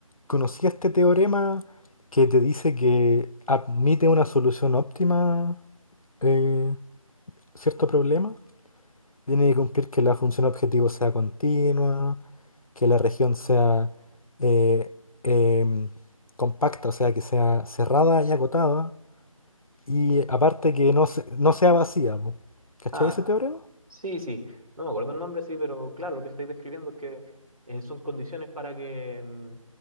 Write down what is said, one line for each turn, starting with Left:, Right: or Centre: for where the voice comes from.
Left: conocí este teorema que te dice que admite una solución óptima eh, cierto problema. Tiene que cumplir que la función objetivo sea continua, que la región sea eh, em, compacta, o sea, que sea cerrada y acotada. Y aparte que no, se- no sea vacía. po. ¿Cachai
Right: ah,
Left: ese teorema?
Right: sí, sí. No me acuerdo el nombre, sí, pero claro, lo que estáis describiendo es que eh, son condiciones para que mm,